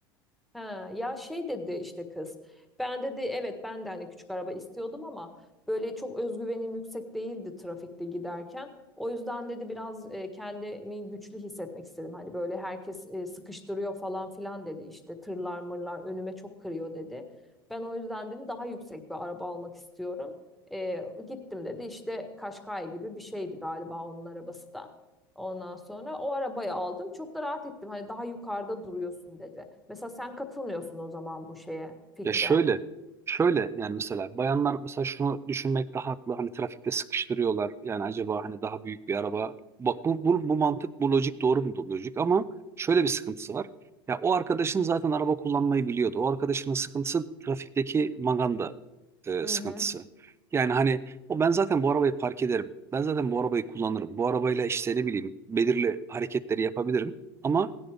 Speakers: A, in the centre; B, on the right.
A: Ha, ya şey dedi işte kız. Ben dedi evet ben de hani küçük araba istiyordum ama böyle çok özgüvenim yüksek değildi trafikte giderken. O yüzden dedi biraz e, kendimi güçlü hissetmek istedim. Hani böyle herkes e, sıkıştırıyor falan filan dedi işte tırlar mırlar önüme çok kırıyor dedi. Ben o yüzden dedi daha yüksek bir araba almak istiyorum. E, gittim dedi işte Kaşkay gibi bir şeydi galiba onun arabası da. Ondan sonra o arabayı aldım. Çok da rahat ettim. Hani daha yukarıda duruyorsun dedi. Mesela sen katılmıyorsun o zaman bu şeye, fikre.
B: Ya şöyle, şöyle yani mesela bayanlar mesela şunu düşünmek daha haklı. Hani trafikte sıkıştırıyorlar. Yani acaba hani daha büyük bir araba. Bak bu, bu, bu mantık, bu lojik doğru mu? Lojik ama şöyle bir sıkıntısı var. Ya o arkadaşın zaten araba kullanmayı biliyordu. O arkadaşının sıkıntısı trafikteki maganda e,
A: Hı
B: sıkıntısı.
A: hı.
B: Yani hani o ben zaten bu arabayı park ederim. Ben zaten bu arabayı kullanırım. Bu arabayla işte ne bileyim belirli hareketleri yapabilirim. Ama